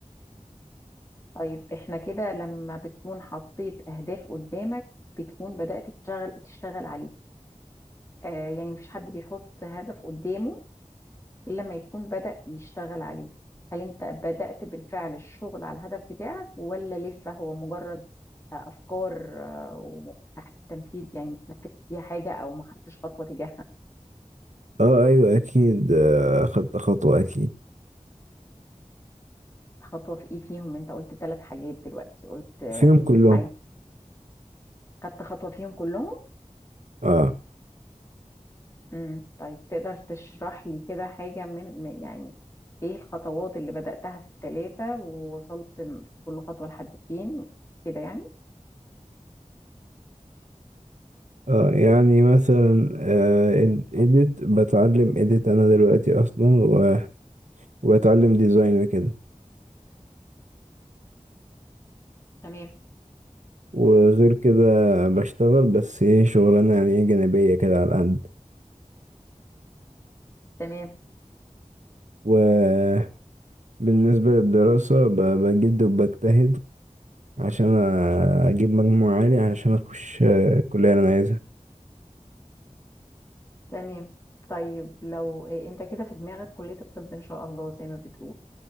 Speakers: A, on the left; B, on the right.
A: طيب احنا كده لما بتكون حطيت اهداف قدامك بتكون بدأت تشتغل تشتغل عليه آه يعني مفيش حد بيحط هدف قدامه الا لما يكون بدأ يشتغل عليه هل انت بدأت بالفعل الشغل على الهدف بتاعك ولا لسه هو مجرد آه، افكار آه، وتحت التنفيذ يعني ما تنفذتش فيها حاجة او ما خدتش خطوة تجاهها
B: أه أيوة أكيد آه، أخدت خطوة أكيد
A: خطوة في ايه فيهم انت قلت ثلاث حاجات دلوقتي قلت آه،
B: فيهم كلهم
A: عايز خدت خطوة فيهم كلهم
B: أه
A: امم طيب تقدر تشرح لي كده حاجة من من- يعني ايه الخطوات اللي بدأتها في التلاتة ووصلت م- في كل خطوة لحد فين كده يعني
B: أه يعني مثلا إديت بتعلم إديت أنا دلوقتي أصلا و... وبتعلم ديزاين وكده
A: تمام
B: وغير كده بشتغل بس ايه شغلانة يعني ايه جانبية كده على قد
A: تمام
B: وبالنسبة للدراسة ب- بجد وبجتهد عشان أ- أجيب مجموع عالي عشان أخش آه، الكلية اللي أنا عايزها
A: تمام طيب لو إيه انت كده في دماغك كلية الطب ان شاء الله زي ما بتقول